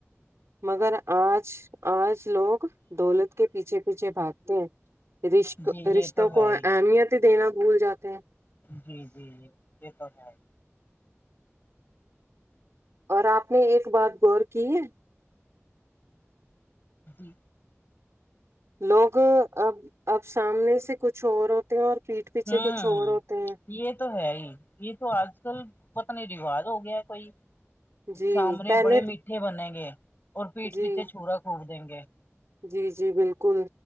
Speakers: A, on the right; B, on the left.
A: مگر آج آج لوگ دولت کے پیچھے پیچھے بھاگتے ہیں رشق
B: جی یہ
A: رشتوں
B: تو ہے
A: کو
B: ہی
A: اہمیت ہی دینا بھول جاتے ہیں
B: جی جی جی یہ تو ہیں
A: اور آپ نے ایک بات غور کی ہے
B: جی
A: لوگ اب اب سامنے سے کچھ اور ہوتے ہیں اور پیٹھ پیچھے
B: ہمم
A: کچھ اور ہوتے ہیں
B: یہ تو ہے ہی یہ تو آج کل پت نہیں رواج ہو گیا ہے کوئی
A: جی
B: سامنے
A: پہلے
B: بڑے میٹھے بنیں گے اور پیٹھ
A: جی
B: پیچھے چھورا کوھب دیں گے
A: جی جی بالکل